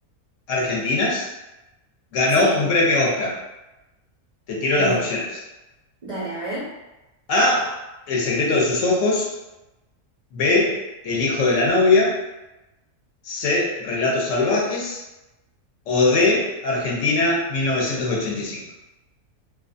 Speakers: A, on the left; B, on the right.
A: argentinas ganó
B: Sí,
A: un premio Oscar? Te tiro
B: bien.
A: las opciones.
B: Dale, a ver.
A: A, El secreto de sus ojos. B, El hijo de la novia. C, Relatos salvajes. O D, Argentina 1985.